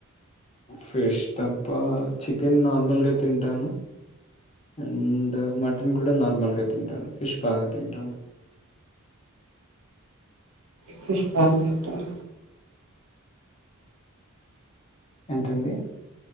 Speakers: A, on the left; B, on the right.
A: ఫిష్ తప్ప చికెన్ నార్మల్గా తింటాను అండ్ మట్ న్ కూడా నార్మల్గా తింటాను ఫిష్ బాగా తింటాను
B: ఫిష్ బ తింటార
A: ఏంటండి